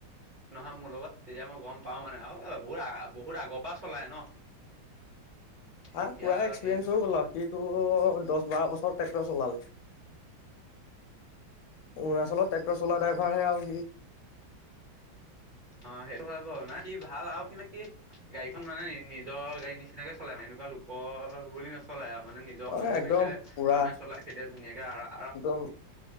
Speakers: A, on the right (about 30°); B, on the left (about 80°).
A: নহয় মোৰ লগত তেতিয়া মই গম পাও মানে অ বহুত আ বহুত আগ- পা চলাই ন।
B: তাৰ
A: এতিয়া
B: পুৰা এক্সপিৰিয়েঞ্চ
A: হেৰি নহয়
B: হৈ
A: নহয়
B: গ'ল আৰু। সিটো দহ বাৰ বছ ট্ৰেক্টৰ চলালে। অৰুণাচলত ট্ৰেক্টৰ চলোৱা ড্ৰাইভাৰ হে আৰু সি।
A: অ সেইটো হয় বাৰু। না সি ভাল আৰু সি গাড়ীখন মানে নিজৰ গাড়ী নিচ- চিনাকে চলাই। এনেকুৱা লোকৰ বুলি নচলায় মানে নিজৰ
B: অ
A: খন যেনেকে
B: একদম পুৰা
A: মানুহে চলাই- সেইটো ধুনীয়াকে আৰা-
B: একদম